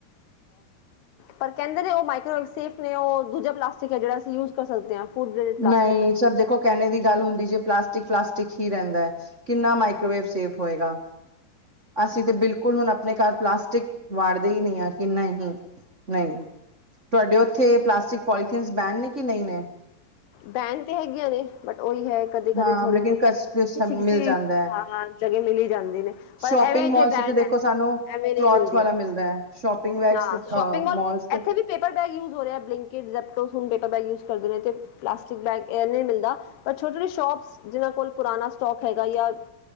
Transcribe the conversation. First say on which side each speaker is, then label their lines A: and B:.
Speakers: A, on the left; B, on the right.
A: ਪਰ ਕਹਿੰਦੇ ਨੇ ਉਹ ਮਾਈਕੋਵੇਵ ਸੇਫ ਨੇ ਉਹ ਦੂਜਾ ਪਲਾਸਟਿਕ ਹੈ ਜਿਹੜਾ ਅਸੀਂ ਯੂਜ ਕਰ ਸਕਦੇ ਹਾਂ ਫੂਡ ਗ੍ਰੇਡ ਪਲਾਸਟਿਕ
B: ਨਹੀਂ ਸਬ ਦੇਖੋ ਕਹਿਣੇ ਦੀ ਗੱਲ ਹੁੰਦੀ ਜੇ ਪਲਾਸਟਿਕ ਪਲਾਸਟਿਕ ਹੀ ਰਹਿੰਦਾ ਹੈ। ਕਿੰਨਾ ਮਾਈਕ੍ਰੋਵੇਵ ਸੇਫ ਹੋਏਗਾ ਅਸੀਂ ਤਾਂ ਬਿਲਕੁਲ ਹੁਣ ਆਪਣੇ ਘਰ ਪਲਾਸਟਿਕ ਵਾੜਦੇ ਹੀ ਨਹੀਂ ਹਾ ਕਿ ਨਹੀ ਨਹੀਂ ਤੁਹਾਡੇ ਉੱਥੇ ਪਲਾਸਟਿਕ ਪੋਲੀਥੀਨ ਬੈਣ ਨੇ ਕਿ ਨਹੀਂ ਨੇ
A: ਬੈਨ ਤੇ ਹੈਗੀਆਂ ਨੇ ਬਟ ਉਹੀ ਹੈ ਕਦੇ ਕਦੇ
B: ਹਾਂ
A: ਥੋੜੀ
B: ਲੇਕਿਨ
A: ਜਿਹੀ
B: ਕ
A: ਕਿਸੀ
B: ਮਿਲ
A: ਕਿਸੇ
B: ਜਾਂਦਾ ਹੈ
A: ਹਾਂ ਜਗ੍ਹਾ ਮਲੀ ਹੀ ਜਾਂਦੇ ਨੇ ਪਰ
B: ਸ਼ੋਪਿੰਗ
A: ਐਵੇਂ
B: ਮੋਲਸ
A: ਜੇ ਬੈਣ
B: ਤੇ ਦੇਖੋ
A: ਹੈ
B: ਸਾਨੂੰ
A: ਐਵੇਂ ਨਹੀਂ
B: ਕਲੋਥ
A: ਮਿਲਦੀਆਂ
B: ਵਾਲਾ ਮਿਲਦਾ ਹੈ ਸ਼ੋਪਿੰਗ ਵੈਕਸ
A: ਹਾਂ ਸ਼ੋਪਿੰਗ ਮਾਲ
B: ਮੋਲਸ ਤੇ
A: ਇੱਥੇ ਵੀ ਪੇਪਰ ਬੈਗ ਯੂਜ ਹੋ ਰਿਹਾ Blinkit Zepto paper bag use ਕਰਦੇ ਰਹੇ ਤੇ ਪਲਾਸਟਿਕ ਬੈਗ ਇਹ ਨਹੀ ਮਿਲਦਾ ਪਰ ਉਹਦੇ ਲਈ ਸ਼ੋਪਸ ਜਿਨ੍ਹਾਂ ਕੋਲ ਪੁਰਾਣਾ ਸਟੋਕ ਹੈਗਾ ਯਾ